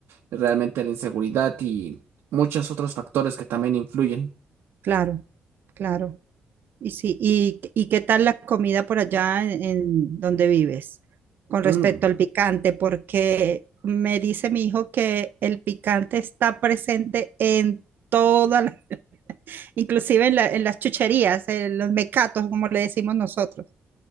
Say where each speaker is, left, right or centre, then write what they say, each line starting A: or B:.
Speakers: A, on the right; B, on the right.
A: realmente la inseguridad y muchos otros factores que también influyen.
B: Claro, claro. Y sí, y, y qué tal la comida por allá en, en donde vives con
A: Mm.
B: respecto al picante? Porque me dice mi hijo que el picante está presente en todas las, <laughs> inclusive en, la- en las chucherías, en los mecatos, como le decimos nosotros.